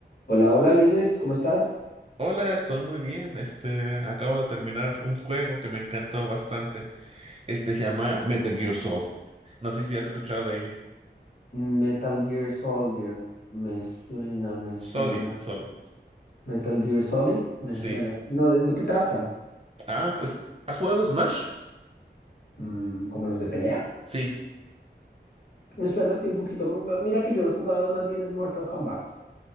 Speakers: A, on the left; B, on the right.
A: Hola, hola Ulises, ¿cómo estás?
B: Hola, estoy muy bien. Este, acabo de terminar un juego que me encantó bastante. Este se llama Metal Gear Solid. No sé si has escuchado de ella.
A: Metal Gear Soldier, me suena, me
B: Solid,
A: suena.
B: Solid.
A: Metal Gear Solid, me
B: Sí.
A: suena. No, ¿de, de qué trata?
B: Ah, pues, ¿ha jugado Smash?
A: Mm, ¿como los de pelea?
B: Sí.
A: Me suena así un poquito. M- Mira que yo he jugado más bien es Mortal Kombat.